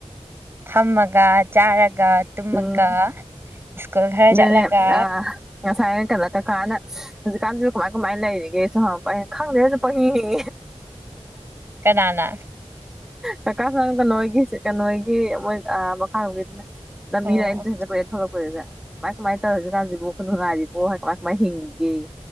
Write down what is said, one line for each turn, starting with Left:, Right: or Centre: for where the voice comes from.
Right: ꯊꯝꯃꯒ ꯆꯥꯔꯒ ꯇꯨꯝꯃꯒ
Centre: ꯎꯝ
Right: ꯁ꯭ꯀꯨꯜ ꯈꯔ
Centre: ꯑꯗꯨꯅꯦ
Right: ꯆꯠꯂꯒ
Centre: ꯑ ꯉꯁꯥꯏ ꯀꯗ ꯀꯀꯥꯅ ꯍꯧꯖꯤꯛ ꯥꯆꯝꯁꯨ ꯀꯃꯥꯏ ꯀꯃꯥꯏꯅ ꯂꯩꯔꯤꯒꯦ ꯁꯨꯝ ꯍꯪꯉꯄ ꯑꯩꯅ ꯈꯪꯗꯦꯗ ꯁꯨꯝ ꯄꯪꯡꯍꯤꯡ ꯍꯤꯡꯏ
Right: ꯀꯅꯥꯅ
Centre: ꯀꯥꯀꯥ ꯁꯥꯅꯗ ꯅꯣꯏꯒꯤ ꯆꯠꯀ ꯅꯣꯏꯒꯤ ꯃꯣꯏ ꯑ ꯃꯈꯥꯔꯣꯝ ꯒꯤꯗꯨꯅ ꯂꯝꯕꯤꯗ
Right: ꯑꯣ
Centre: ꯑꯩꯅ ꯇꯨꯁꯟ ꯆꯠꯄꯩ ꯊꯣꯛꯂꯛꯄꯗꯨꯗ ꯀꯃꯥꯏ ꯀꯃꯥꯏ ꯇꯧꯔ ꯍꯨꯖꯤꯛ ꯀꯥꯟꯁꯤꯕꯨ ꯁꯣꯝꯗ ꯉꯥꯏꯔꯤ ꯑꯣ ꯍ ꯀꯃꯥꯢ ꯀꯃꯥꯢ ꯍꯤꯡꯒꯦꯌꯦ